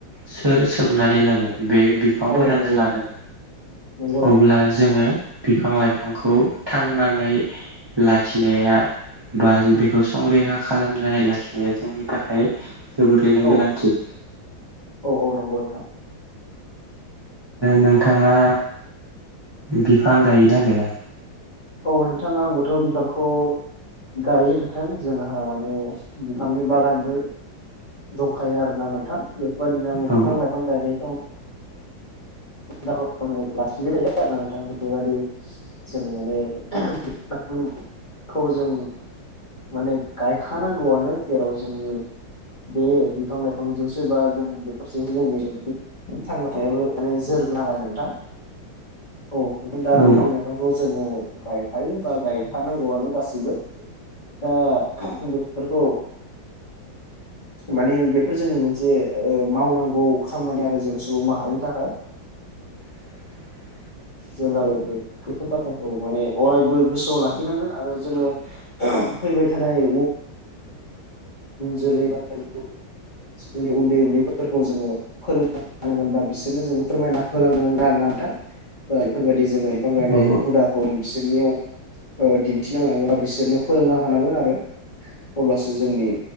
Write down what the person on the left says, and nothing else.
औ नंगौ
नंगौ नोंथां
औ
औ औ नंगौ नोंथां।
औ नोंथाङा आंबोथ' बिफांखौ गायो नोंथां जोंहा माने बिफांनि बागानबो दंखायो आरोना नोंथां बेफोरबायदिनो आङो
बिफां लाइफां गायनायखौ आं लाखिबाय थायो आरो ना नोंथां बेबायदि जों माने <unintelligible> खौ जों माने गायखानांगौआनो जेराव जों बे बिफां लाइफांजोंसो बा जों बेफोरजोंसो जोंनि थांनानै फथायाबो माने जोरग नालाय नोंथां औ नथ दा
बिफां लाइफां बे खौ जोङो गायफायो बा गायखानांगौआनो गासैबो दा बेफोरखौ माने बेफोर जोंनि मोनसे मावनांगौ खामानि आरो जों सुबुं माहारिनि थाखाय
जेब्लाबो बेफोर बाथ्राखौ माने अरायबो गोसोआव लाखिनांगोन आरो जोङो फैबाय थानाय जोलै बा जोंनि उन्दै उन्दैफोरखौ जोङो फोरों थानांगोनबा बिसोरनो जों फोरमायना होलांनो नांगोन आरोना नोंथां बेफोरबायदि जों बिफां गायनाय
हुदा खौ बिसोरनियाव दिन्थिनो हांगोन बा बिसोरनो फोरोंनो हानांगोन आरो अब्लासो जोंनि